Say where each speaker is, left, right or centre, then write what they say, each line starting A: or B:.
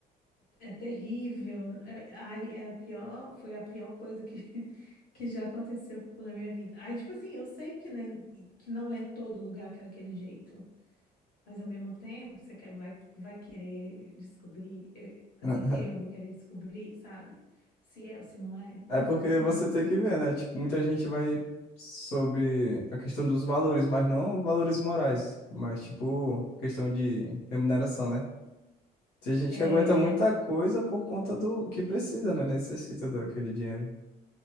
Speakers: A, on the left (about 55°); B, on the left (about 85°).
A: É terrível. né? É, ai, é a pior, foi a pior coisa que, <laughs> que já aconteceu na minha vida. Aí, tipo assim, eu sei que, nem, que não é todo lugar que é daquele jeito, mas ao mesmo tempo você quer, vai, vai querer descobrir, eh, assim,
B: <laughs>
A: eu vou querer descobrir, sabe? Se é ou se não é,
B: É
A: não
B: porque
A: vou,
B: você
A: né?
B: tem que ver, né? Tipo, muita gente vai sobre a questão dos valores, mas não valores morais, mas tipo, questão de remuneração, né? Tem gente
A: É,
B: que aguenta muita coisa por conta do que precisa, né? Necessita daquele dinheiro.